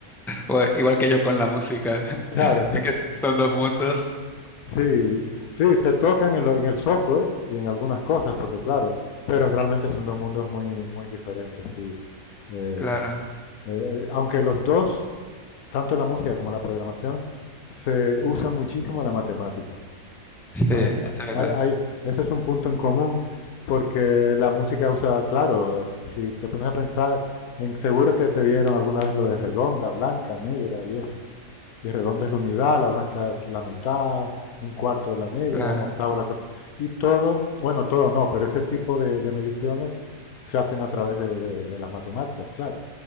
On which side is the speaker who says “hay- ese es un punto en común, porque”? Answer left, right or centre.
Left